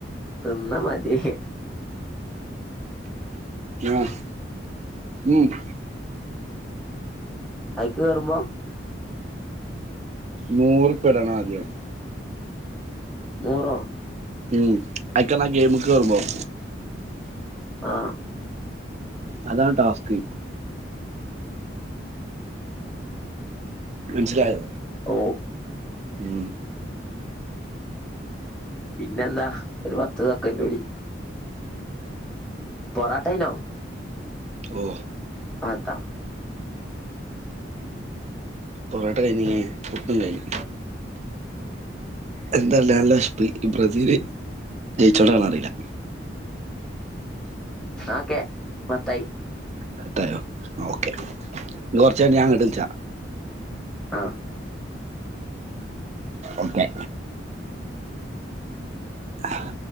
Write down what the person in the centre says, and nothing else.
തിന്ന മതി
ഐക്ക് കേറുമ്പോ
നൂറോ?
ആഹ്
ഓ
പിന്നെന്താ ഒരു പത്ത്തക്കൂടി പൊറട്ടന്നോ
അത
ഒക്കെ പത്തായി
ആഹ്